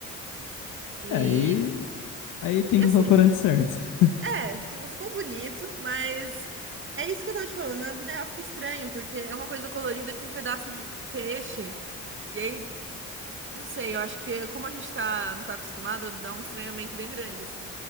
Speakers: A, on the right (about 40°); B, on the left (about 85°).
A: E
B: É, Aí, aí tem
A: e
B: que
A: assim,
B: usar o corante certo. <laughs>
A: é, fi- ficou bonito, mas é isso que eu tava te falando. Na vida real fica estranho, porque é uma coisa colorida com um pedaço de peixe. E aí Não sei, eu acho que como a gente tá, não tá acostumado, dá um estranhamento bem grande, assim.